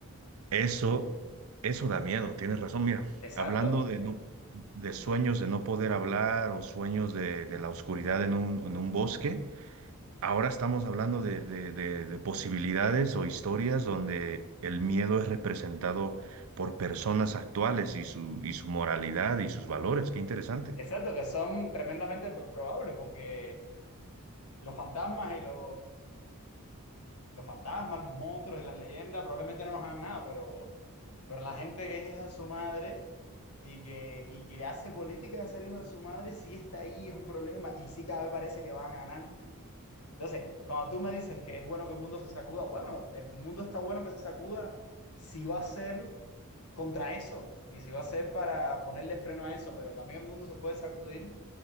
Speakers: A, on the right; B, on the left.
A: eso, eso da miedo, tienes razón, mira,
B: Exacto.
A: hablando de no... de sueños de no poder hablar o sueños de, de la oscuridad en un, en un bosque, Ahora estamos hablando de, de- de- de posibilidades o historias donde el miedo es representado por personas actuales y su, y su moralidad y sus valores. Qué interesante.
B: Exacto, que son tremendamente pro- probables porque los fantasmas y los, los fantasmas, los monstruos y las leyendas probablemente no nos hagan nada, pero, pero la gente que es hija de su madre y que, y que hace política de ser hijo de su madre sí está ahí, es un problema y sí cada vez parece que van a ganar. Entonces, cuando tú me dices que es bueno que el mundo se sacuda, bueno, el mundo está bueno que se sacuda si va a ser contra eso y si va a ser para ponerle freno a eso, pero también el mundo se puede sacudir